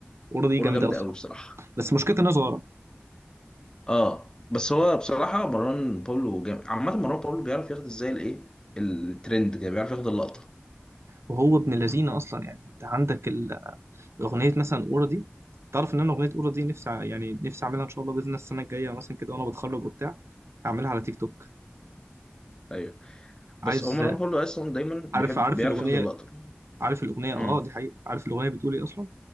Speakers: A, on the right; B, on the left.
A: أورا دي
B: وورا
A: جامدة
B: جامده
A: أصلا
B: قوي بصراحه
A: بس مشكلتها إنها صغيرة
B: اه بس هو بصراحه مروان باولو جامد عامه مروان باولو بيعرف ياخد ازاي الايه الترند كده بيعرف ياخد اللقطه
A: وهو ابن لذينة أصلا يعني أنت عندك ال- أغنية مثلا أورا دي تعرف إن أنا أغنية أورا دي نفسي ع- يعني نفسي أعملها إن شاء الله بإذن الله السنة الجاية مثلا كده وأنا بتخرج وبتاع أعملها على تيك توك
B: ايوه
A: عايز
B: بس هو مروان باولو اصلا دايما
A: عارف
B: بيحب
A: عارف
B: بيعرف
A: الأغنية
B: ياخد اللقطه
A: عارف الأغنية
B: امم
A: أه دي حقيقة عارف الأغنية بتقول إيه أصلا